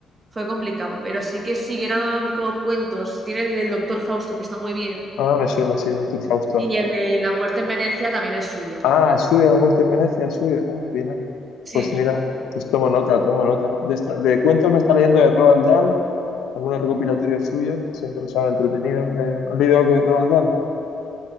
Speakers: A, on the right; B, on the left.
A: fue complicado. Pero sí que sí, eran como cuentos. Tiene el del Doctor Fausto, que está muy bien.
B: Ah, me suena así, doctor Fausto.
A: Y el de La muerte en Venecia también es suyo.
B: Ah, es suya, la muerte en Venecia, es suya. Ah, mira.
A: Sí.
B: Pues mira, pues tomo nota, tomo nota. De, esta- de cuentos me está leyendo de Roald Dahl, algunos recopilatorios suyos, siempre son entretenidos. De, ¿Has leído algo de Roald Dahl?